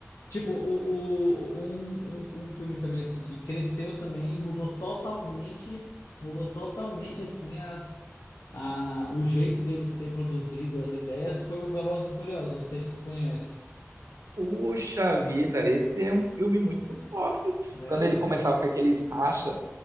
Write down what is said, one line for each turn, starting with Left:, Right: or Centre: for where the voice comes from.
Left: Tipo, o, o, um, um, um filme também assim que cresceu também e mudou totalmente, mudou totalmente assim as, a, o jeito dele ser produzido, as ideias, foi o Velozes e Furiosos. Eu não sei se tu conhece.
Right: Puxa vida, esse é um filme muito top.
Left: É,
Right: Quando ele começava com aqueles racha,